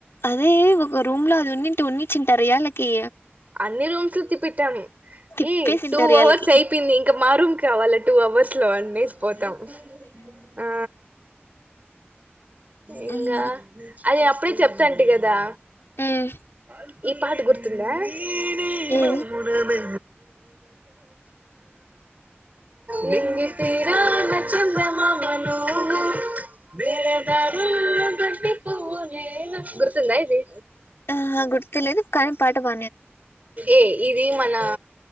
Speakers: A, on the left; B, on the right.
A: అదే ఒక రూమ్ లో అది ఉన్ని ఉన్నిచ్చింటారా ఇయ్యాలకి
B: అన్ని రూమ్స్లు తిప్పిట్టాం
A: తిప్పేసింటారు
B: ఏ టూ
A: ఇయాళ్ళకి
B: అవర్స్ అయిపోయింది ఇంకా మా రూమ్ కావాలనే టూ అవర్స్ లో అన్నేసి పోతాం ఆ ఇంగా
A: ఉమ్
B: అదే అప్పుడే చెప్తాంటి కదా
A: ఉమ్,
B: కా ఈ పాట గుర్తుందా ఇనే
A: ఏది
B: మౌనమే నింగితీరాన చందమామ నువ్వు వేరే దారుల్లో గడ్డి పువ్వు నేను గురుతుందా ఇది
A: ఆ గుర్తులేదు కానీ పాట పా
B: ఏ ఇది మన